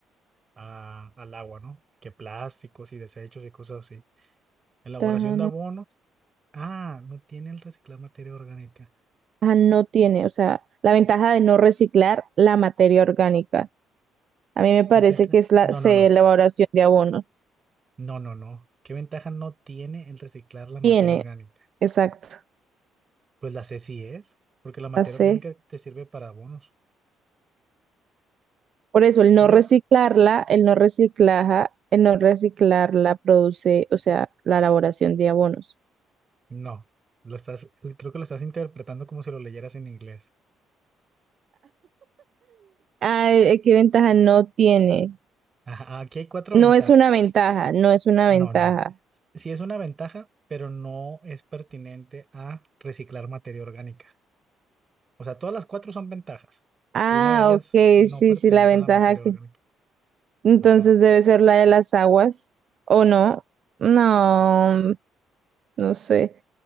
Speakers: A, on the right; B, on the right.
A: a- al agua, ¿no? Que plásticos y desechos y cosas así. Elaboración
B: Ventaja
A: de
B: no,
A: abonos. Ah, no tiene el reciclar materia orgánica.
B: ventaja no tiene, o sea, la ventaja de no reciclar la materia orgánica. A mí me parece
A: ¿Qué ventaja?
B: que es la
A: No,
B: C,
A: no, no.
B: elaboración de abonos.
A: No, no, no. ¿Qué ventaja no tiene el reciclar la materia
B: Tiene,
A: orgánica?
B: exacto,
A: Pues la C sí es, porque la materia
B: la C.
A: orgánica te sirve para abonos.
B: Por eso el
A: ¿Tienes?
B: no reciclarla, el no reciclaja, el no reciclarla produce, o sea, la elaboración de abonos.
A: No. Lo estás, creo que lo estás interpretando como si lo leyeras en inglés.
B: Ah, eh, eh, ¿qué ventaja no tiene?
A: Ajá, aquí hay cuatro
B: No
A: ventajas.
B: es una ventaja, no es una
A: Ah,
B: ventaja.
A: No, no, no. Sí es una ventaja, pero no es pertinente a reciclar materia orgánica. O sea, todas las cuatro son ventajas,
B: Ah,
A: pero una de ellas
B: ok,
A: no
B: sí,
A: pertenece
B: sí, la ventaja
A: a la materia orgánica.
B: que. Entonces
A: Ajá.
B: debe ser la de las aguas, ¿o no? No, no sé.